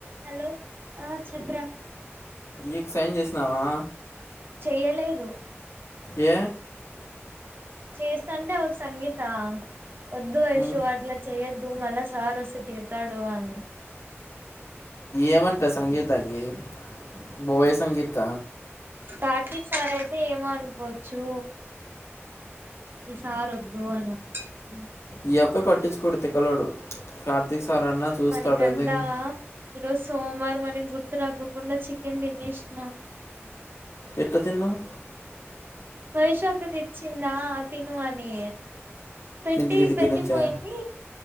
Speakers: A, on the right; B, on the left.
A: Hello ఆ చెప్పురా
B: ఏక్ సైన్ చేసినావా
A: చెయ్యలేదు
B: ఏ
A: చేస్తా అంటే ఒక సంగీత వద్దు వైషూ
B: ఉమ్,
A: అట్లా చెయ్యొద్దు మల్ల సార్ వస్తే తిడతాడు అని
B: ఏమంటా సంగీతాకి బోయ సంగీత
A: కార్తీక్ సార్ అయితే ఏమో అనుకోవచ్చు ఈసారి వద్దు అనీ అంది
B: ఈ అప్ప పట్టించుకోడు తికలోడు కార్తీక్ సారన్నా చూస్తాడు
A: మనకంట
B: ఎందుకు
A: ఈరోజు సోమవారం మనే గుర్తు రాకుండా చికెన్ తినేసిన
B: ఎట్ట తిన్నావ్
A: వైషు అక్క తెచ్చిందా తిను అని పెట్టి
B: ఇంటి దగ్గర
A: పెట్టి
B: నుంచా
A: పోయింది